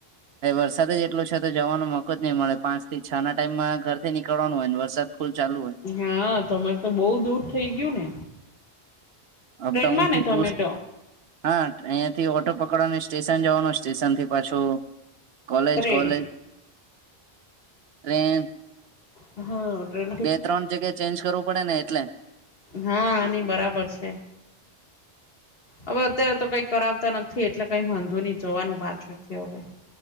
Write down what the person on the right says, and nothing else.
હ વરસાદ જ એટલો છે તો જવાનો મોકો જ નહીં મળે પાંચ થી છ ના ટાઈમમાં ઘરથી નીકળવાનું હોય ને વરસાદ ફૂલ ચાલુ હોય.
અપડાઉન
દૂર
હા અહીં થી ઓટો પકડવાની સ્ટેશન જવાનું સ્ટેશન થી પાછો કોલેજ
કોલેજ ટ્રેન
બે ત્રણ જગ્યાએ ચેન્જ કરવું પડે ને એટલે.